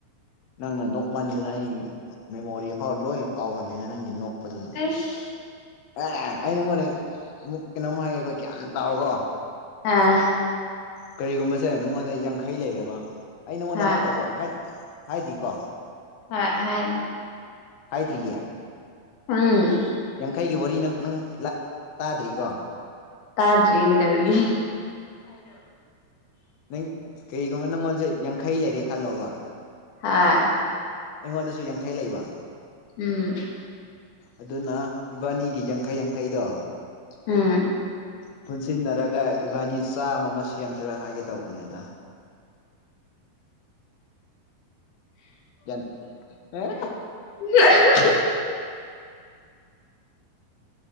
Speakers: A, on the left (about 55°); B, on the left (about 85°).
A: ꯅꯪꯅ ꯅꯣꯛꯃꯟꯗꯅ ꯑꯩꯒꯤ ꯃꯦꯃꯣꯔꯤꯐꯥꯎ ꯂꯣꯏꯅ ꯀꯥꯎꯍꯜꯂꯦꯅ ꯅꯪꯒꯤ ꯅꯣꯛꯄꯗꯨꯅ
B: ꯑꯦꯁ
A: ꯑꯦ ꯑꯩ ꯅꯪꯉꯣꯟꯗ ꯑꯃꯨꯛ ꯀꯩꯅꯣꯝ ꯍꯥꯏꯒꯦꯒꯣ ꯒ꯭ꯌꯥꯝ ꯇꯥꯎꯀꯣ
B: ꯑꯥ
A: ꯀꯔꯤꯒꯨꯝꯕꯁꯦ ꯅꯪꯉꯣꯟꯗ ꯌꯥꯡꯈꯩ ꯂꯩꯔꯦꯕ ꯑꯩ ꯅꯪꯉꯣꯟꯗ
B: ꯍ
A: ꯍꯥꯏꯈ꯭ꯔꯕꯣ ꯍꯥꯏꯗ꯭ꯔꯤꯀꯣ
B: ꯍꯣꯢ ꯍꯥꯏ
A: ꯍꯥꯏꯗ꯭ꯔꯤꯌꯦ
B: ꯎꯝ
A: ꯌꯥꯡꯈꯩꯒꯤ ꯋꯥꯔꯤ ꯅꯪ ꯅꯪ ꯇꯥꯗ꯭ꯔꯤꯀꯣ
B: ꯇꯥꯗ꯭ꯔꯤ ꯀꯩꯗꯧꯔꯒꯦ
A: ꯅꯪ ꯀꯔꯤꯒꯨꯝꯕ ꯅꯪꯉꯣꯟꯁꯦ ꯌꯥꯡꯈꯩ ꯂꯩꯔꯦ ꯈꯜꯂꯣꯕ
B: ꯍꯥ
A: ꯑꯩꯉꯣꯟꯗꯁꯨ ꯌꯥꯡꯈꯩ ꯂꯩꯕ
B: ꯎꯝ
A: ꯑꯗꯨꯅ ꯏꯕꯥꯅꯤꯒꯤ ꯌꯥꯡꯈꯩ ꯌꯥꯡꯈꯩꯗꯣ
B: ꯎꯝ
A: ꯄꯨꯟꯁꯤꯅꯔꯒꯥꯏ ꯏꯕꯥꯅꯤ ꯆꯥꯝꯃ ꯑꯃ ꯁꯦꯝꯁꯤꯔꯥ ꯍꯥꯏꯒꯦ ꯇꯧꯕꯅꯦꯗ ꯒ꯭ꯌꯥꯟ ꯑꯦ
B: <unintelligible>